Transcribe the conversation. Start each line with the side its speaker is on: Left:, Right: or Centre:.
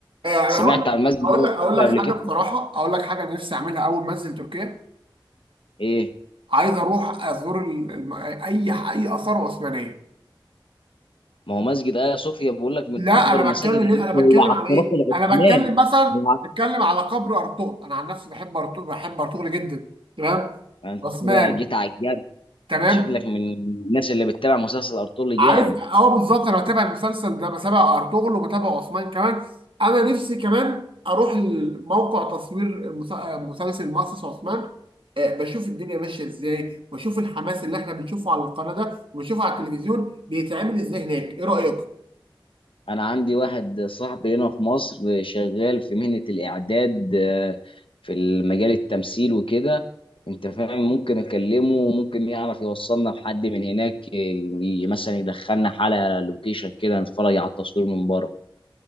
Right: آه، انا
Left: سمعت
Right: هقول لك
Left: عن مسجد
Right: هقول
Left: ايا
Right: لك هقول
Left: صوفيا
Right: لك
Left: قبل
Right: حاجه
Left: كده
Right: بصراحه اقول لك حاجه نفسي اعملها اول ما انزل تركيا
Left: ايه
Right: عايز اروح ازور ال- الم- اي اي اثار عثمانيه
Left: ما هو مسجد ايا صوفيا بقول لك من
Right: لا
Left: اكبر
Right: انا
Left: المساجد
Right: بتكلم
Left: هناك
Right: ليه انا
Left: هو
Right: بتكلم
Left: على
Right: على
Left: الطرف
Right: ايه
Left: العثماني
Right: انا بتكلم مثلا
Left: هو على-
Right: بتكلم على قبر ارطغرل انا عن نفسي بحب ارطغرل بحب ارطغرل جدا تمام
Left: انت
Right: عثمان
Left: كده جيت على الجرح
Right: تمام
Left: انت شكلك من الناس اللي بتتابع مسلسل ارطغرل
Right: عارف
Left: جامد
Right: اه بالظبط انا بتابع المسلسل ده بتابع ارطغرل وبتابع عثمان كمان انا نفسي كمان اروح موقع تصوير المس- مسلسل مؤسس عثمان آه، بشوف الدنيا ماشيه ازاي واشوف الحماس اللي احنا بنشوفه على القناه ده وبنشوفه على التلفزيون بيتعمل ازاي هناك ايه رايك
Left: انا عندي واحد صاحبي هنا في مصر شغال في مهنة الاعداد آه، في المجال التمثيل وكده انت فاهم ممكن اكلمه وممكن يعرف يوصلنا لحد من هناك آه، ي- مثلا يدخلنا حلقة لوكيشن كده نتفرج على التصوير من بره